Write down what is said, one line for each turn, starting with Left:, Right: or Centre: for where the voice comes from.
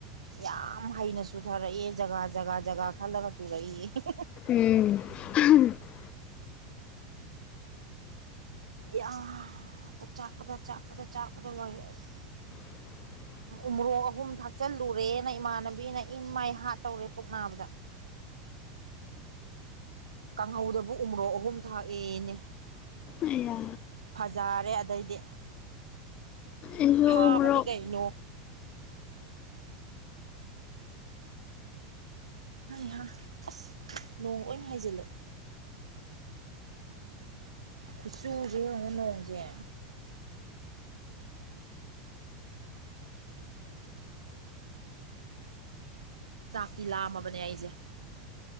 Right: ꯌꯥꯝ ꯍꯩꯅ ꯆꯨꯊꯔꯛꯏꯌꯦ ꯖꯒꯥ ꯖꯒꯥ ꯖꯒꯥ ꯈꯜꯂꯒ ꯆꯨꯔꯛꯏꯌꯦ <unintelligible>
Left: ꯎꯝ <unintelligible>
Right: <unintelligible> ꯄꯨꯛ ꯆꯥꯛꯄꯗ ꯆꯥꯛꯄꯗ ꯆꯥꯛꯄꯗ ꯂꯣꯏꯔꯦ ꯑꯁ
Left: <inaudible>
Right: ꯎꯣꯔꯣꯛ ꯑꯍꯨꯝ ꯊꯥꯛꯆꯜꯂꯨꯔꯦꯅ ꯏꯃꯥꯟꯅꯕꯤꯅ ꯏꯟ ꯃꯥꯏ ꯍꯥꯠ ꯇꯧꯔꯦ ꯄꯨꯛ ꯅꯥꯕꯗ꯫ ꯀꯥꯡꯍꯧꯗꯕꯨ ꯎ ꯃꯣꯔꯣꯛ ꯑꯍꯨꯝ ꯊꯥꯛꯑꯦꯅꯦ
Left: ꯑꯩꯌꯥ
Right: ꯐꯖꯥꯔꯦ ꯑꯗꯩꯗꯤ꯫
Left: ꯑꯩꯁꯨ
Right: ꯍꯥꯕꯅꯤ
Left: ꯃꯣꯔꯣꯛ
Right: ꯀꯩꯅꯣ ꯍꯩꯍꯥ ꯑꯁ ꯅꯣꯡ ꯑꯣꯏꯟ ꯍꯥꯏꯖꯤꯜꯂꯛꯑꯦ ꯈꯨꯠꯆꯨꯁꯦ ꯌꯦꯡꯉꯨ ꯅꯣꯡꯖꯦ꯫ ꯆꯥꯛꯇꯤ ꯂꯥꯝꯃꯕꯅꯦ ꯑꯩꯁꯦ꯫